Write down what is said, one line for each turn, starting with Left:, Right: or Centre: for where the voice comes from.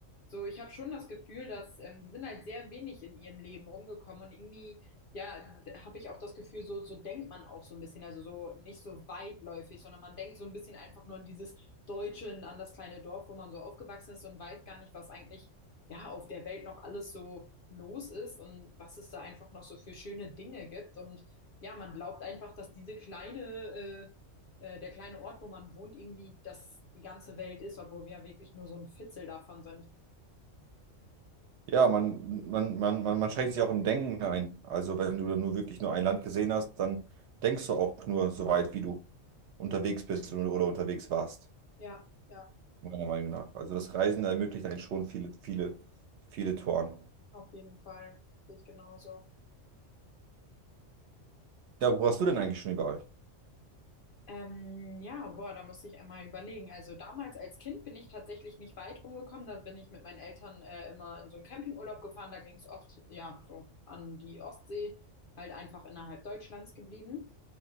Left: so, ich habe schon das Gefühl, dass ähm, die sind halt sehr wenig in ihrem Leben rumgekommen und irgendwie, ja, habe ich auch das Gefühl, so, so denkt man auch so ein bisschen, also so nicht so weitläufig, sondern man denkt so ein bisschen einfach nur an dieses Deutsche, an das kleine Dorf, wo man so aufgewachsen ist und weiß gar nicht, was eigentlich, ja, auf der Welt noch alles so los ist und was es da einfach noch so für schöne Dinge gibt. Und ja, man glaubt einfach, dass diese kleine, äh, äh, der kleine Ort, wo man wohnt, irgendwie das die ganze Welt ist, obwohl wir ja wirklich nur so ein Fitzel davon sind.
Right: Ja, man, man, man, man, man schränkt sich auch im Denken ein. Also wenn du nur wirklich nur ein Land gesehen hast, dann denkst du auch nur so weit, wie du unterwegs bist oder oder unterwegs warst,
Left: Ja, ja,
Right: meiner Meinung nach. Also das Reisen ermöglicht einen schon viele, viele, viele Toren.
Left: auf jeden Fall. Sehe ich genauso.
Right: Ja, wo warst du denn eigentlich schon überall?
Left: Ähm, ja, boah, da muss ich einmal überlegen. Also damals als Kind bin ich tatsächlich nicht weit rumgekommen. Da bin ich mit meinen Eltern äh, immer in so einen Campingurlaub gefahren. Da ging es oft, ja, so an die Ostsee, halt einfach innerhalb Deutschlands geblieben.